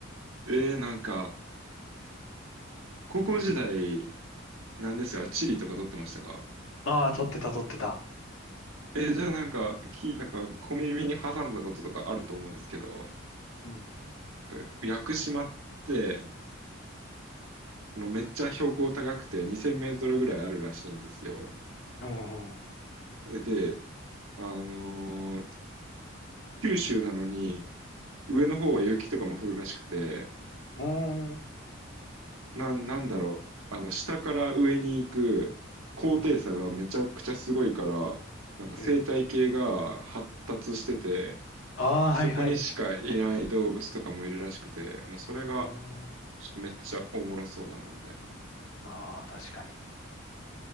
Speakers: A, on the right; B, on the left.
A: えー、なんか、高校時代、なんですが、地理とか取ってましたか
B: ああー、撮ってた撮ってた。
A: えー、じゃあなんか、き、なんか、小耳に挟んだこととかあると思うんですけど、
B: うん。
A: なんか、屋久島って、あのめっちゃ標高高くて2000メートルぐらいあるらしいんですよ。
B: うんうんうん
A: えで、あのー九州なのに、上の方は雪とかも降るらしくて、
B: おーん。
A: なん、なんだろう、あの、下から上に行く高低差がめちゃくちゃすごいから、
B: うん。
A: なんか生態系が発達してて、
B: うん。ああ、
A: そこにしかいない動物とかもいるらしくて、
B: はいはい。
A: もうそれが
B: おーん。
A: ちょっとめっちゃおもろそうだなみたいな。
B: ああ、確かに。